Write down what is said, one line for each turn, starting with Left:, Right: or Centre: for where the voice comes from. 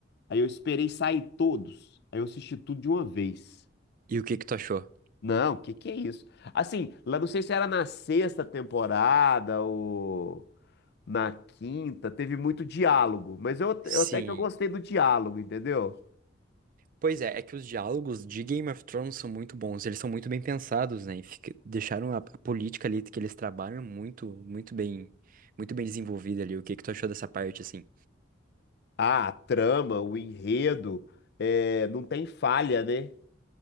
Left: Aí eu esperei sair todos. Aí eu assisti tudo de uma vez.
Right: e o que que tu achou?
Left: Não, que que é isso? Assim, lá não sei se era na sexta temporada ou na quinta, teve muito diálogo, mas eu,
Right: Sim.
Left: eu até que eu gostei do diálogo, entendeu?
Right: Pois é, é que os diálogos de Game of Thrones são muito bons, eles são muito bem pensados, né? E fica- deixaram a, a política ali que eles trabalham muito, muito bem, muito bem desenvolvida ali. O que que tu achou dessa parte, assim?
Left: Ah, a trama, o enredo, é, não tem falha, né?